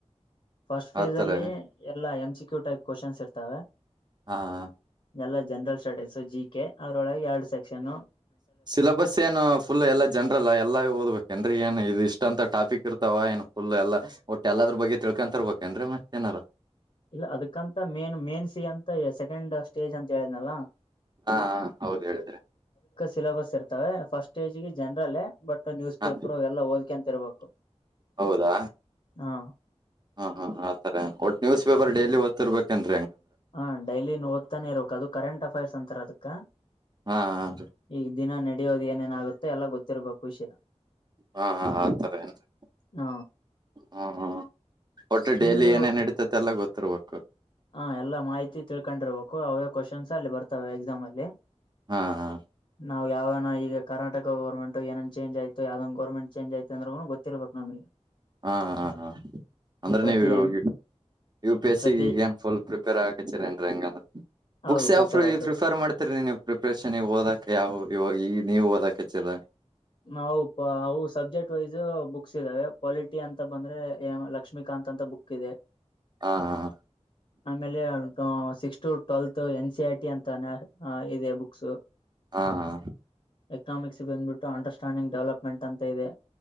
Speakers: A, on the left (about 55°); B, on the right (about 35°).
A: ಫಸ್ಟ್ ಫೇಸ್
B: ಆತರ
A: ಅಲ್ಲಿ ಎಲ್ಲ M C Q type questions ಇರ್ತವೆ.
B: ಹಾ ಹಾ.
A: ಎಲ್ಲಾ ಜನರಲ್ ಸ್ಟಡೀಸ್ ಸು ಜಿ ಕೆ ಅವದ್ರೊಳಗೆ ಎರಡು ಸೆಕ್ಷನ್ ನು.
B: ಸಿಲೆಬಸ್ ಏನು ಫುಲ್ ಎಲ್ಲ ಜನ್ರಲ್ ಎಲ್ಲಾ ಓದ್ಬೇಕ ಏನ್ರೀ ಏನ್ ಇದು ಇಷ್ಟ ಅಂತ ಟಾಪಿಕ್ ಇರ್ತ ತ್ತವಾ ಏನು ಫುಲ್ ಎಲ್ಲ ಒಟ್ಟ ಎಲ್ಲದ್ರ ಬಗ್ಗೆ ತಿಳ್ಕೊಂತರ್ಬೇಕೇ ಅಂದ್ರ ಮತ್ತ ಏನಾರ.
A: ಇಲ್ಲ ಅದಕ್ಕಂತ ಮೇನ್ ಮೇನ್ಸ ಅಂತ ಸೆಕೆಂಡ್ ಸ್ಟೇಜ್ ಅಂತ ಹೇಳಿದ್ನಲ್ಲ.
B: ಹಾ ಹೌದು ಹೇಳಿದ್ರೆ.
A: ಸಿಲಬಸ್ ಇರ್ತವೆ ಫಸ್ಟ್ ಸ್ಟೇಜ್ ಗೆ ಜನರಲ್ ಬಟ್ ನ್ಯೂಸ್
B: ಹ
A: ಪೇಪರ್ ಎಲ್ಲ ಓದ್ಕೊಂತ ಇರ್ಬೇಕು.
B: ಹೌದಾ
A: ಹಾ
B: ಹಾ ಹಾ ಆ ತರಾ ಒಟ್ಟು ನ್ಯೂಸ್ ಪೇಪರ್ ಡೈಲಿ ಓದ್ತಿರಬೇಕೆ ಏನ್.
A: ಹಾ ಡೈಲಿ ಓದ್ತಾನೆ ಇರಬೇಕ ಅದು ಕರೆಂಟ್ ಅಫೇರ್ಸ್ ಅಂತಾರ ಅದಕ್ಕ.
B: ಹಾ ಹ ರೀ.
A: ಈಗ ದಿನ ನಡೆಯೋದು ಏನೇನ ಆಾಗುತ್ತೆ ಎಲ್ಲ ಗೊತ್ತಿರ್ಬೇಕು ವಿಷಯ.
B: ಹಾ ಹಾ ಆತರ ಏನ್ರಿ
A: ಹ
B: ಹ್ಮ್ ಹ್ಮ್. ಒಟ್ಟ ಡೈಲಿ
A: ನಿಮ್ದು
B: ಏನೇನ್ ಹಡಿತೈತಿ ಎಲ್ಲ ಗೊತ್ತಿರ್ಬೇಕು.
A: ಹ ಎಲ್ಲಾ ಮಾಹಿತಿ ತಿಳ್ಕೊಂಡಿರ್ಬೇಕು ಅವೇ ಕ್ವಶನ್ಸ್ ಅಲ್ಲಿ ಬರ್ತವೆ ಎಕ್ಸಾಮ್ ಅಲ್ಲಿ.
B: ಹಾ ಹಾ.
A: ನಾವವು ಯಾವಗನ ಈಗ ಕರ್ನಾಟಕ ಗೋರ್ಮೆಂಟ್ ಟು ಏನೇನ ಚೇಜ್ ಆಯತ ಯಾವದ ಒಂದು ಗೋರ್ಮೆಂಟ್ ಚೇಜ್ ಐತ ಅಂದ್ರೂನು ಗೊತ್ತಿರಬೇಕ ನಮಗೆ.
B: ಹಾ ಹಾ ಹ. ಅಂದ್ರೆ
A: ಪ್ರತಿ
B: ನೀವ ಇವಾಗ
A: ಎಂ
B: ಹೋಗಿ ಯು ಪಿ ಎಸ್
A: ಪ್ರತಿ
B: ಸಿ ಈಗ ಏನ್ ಫುಲ್ ಪ್ರಿಪೇರ್ ಆಗ ಕಚ್ಚರಿ ಏನ್ ಹೆಂಗಂದ್ರ. ಬುಕ್ಸ್
A: ಹೌದು
B: ಯಾವ್
A: ಪ್ರಿಪೇರ್ ಆಗ್ತದೆ
B: ಪ್ರಿಫರ್ ಮಾಡ್ತಾರೀ ನೀವು ಪ್ರಿಪರೇಷನ್ ಓದಕ ಯಾವವು ಇವ ಈ. ನೀವು ಅದಕ್ಚ್ಚಿರ.
A: ನಾವು ಅವು ಸಬ್ಜೆಕ್ಟ್ ವೈಸ್ ಬುಕ್ಸ್ ಇದ್ದಾವೆ ಪೊಲಿಟಿ ಅಂತ ಬಂದ್ರೆ ಮ್ ಲಕ್ಷ್ಮಿಕಾಂತ್. ಕಾಂತ್ ಅಂತ ಬುಕ್ ಇದೆ.
B: ಹಾ ಹಾ.
A: ಆಮೇಲೆ six to twelfth N C R T ಅಂತ ಇದೆ ಬುಕ್ಸ್.
B: ಹಾ ಹಾ.
A: ಎಕನಾಮಿಕ್ಸ್ ಬಂದ್ಬಟ್ಟು ಅಂಡರ್ಸ್ಟ್ಯಾಂಡಿಂಗ್ ಡೆವಲಪ್ಮೆಂಟ್ ಅಂತ ಇದೆ.